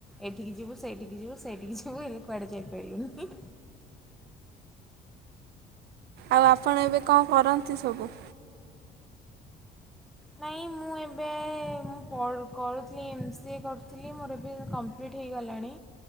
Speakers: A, in the centre; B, on the right (about 70°).
A: ଏଠିକି ଯିବୁ ସେଇଠିକି ଯିବୁ ସେଇଠିକି ଯିବୁ ଏଲେ କୁଆଡେ ଯାଇପାଇଲୁନି।
B: ଆଉ ଆପଣ ଏବେ କଣ କରନ୍ତି ସବୁ?
A: ନାଇଁ ମୁଁ ଏବେ ଏ ମୁଁ ପ କରୁଥିଲି ଏମ୍ ସି ଏ କରୁଥିଲି ମୋର ଏବେ କମ୍ପ୍ଲିଟ୍ ହେଇଗଲାଣି।